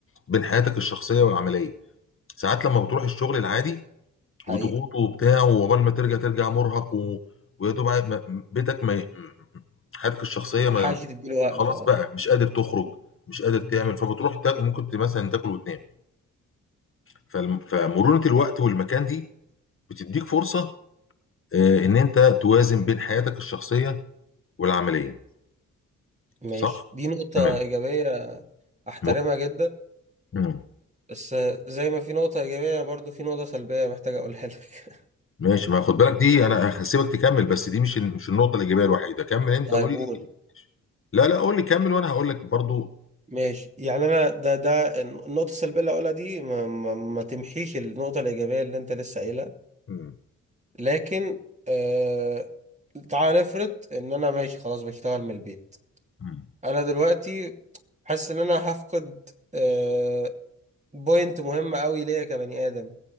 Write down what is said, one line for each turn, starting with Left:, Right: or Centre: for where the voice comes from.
Left: بين حياتك الشخصيه والعمليه ساعات لما بتروح الشغل العادي
Right: حقيقي
Left: وضغوط وبتاع وعقبال ما ترجع ترجع مرهق و... ويا دوب عا- ما- بيتك ما ي- حياتك الشخصيه
Right: ما تلحقش
Left: ما
Right: تديله وقت
Left: خلاص
Right: اه
Left: بقى مش قادر تخرج مش قادر تعمل فبتروح تاكل ممكن ت- مثلا تاكل وتنام فالم- فمرونه الوقت والمكان دي بتديك فرصه آه، ان انت توازن بين حياتك الشخصيه والعمليه
Right: ماشي
Left: صح؟
Right: دي نقطه
Left: تمام
Right: ايجابيه احترمها
Left: مه-
Right: جدا
Left: مم.
Right: بس زي ما في نقطه ايجابيه برضو في نقطه سلبيه محتاج اقولها لك
Left: ماشي ما خد بالك دي انا هسيبك تكمل بس دي مش مش النقطه الايجابيه الوحيده كمل انت
Right: <laughs> طيب
Left: قول
Right: قول
Left: لي لا لا قول لي كمل وانا هقول لك برضو
Right: ماشي يعني انا ده ده النقطه السلبيه اللي هقولها دي ما, ما, ما تمحيش النقطه الايجابيه اللي انت لسه قايلها
Left: مم.
Right: لكن آه تعال نفرض ان انا ماشي خلاص بشتغل من البيت
Left: مم.
Right: انا دلوقتي حاسس ان انا هفقد آه بوينت مهمه قوي ليا كبني ادم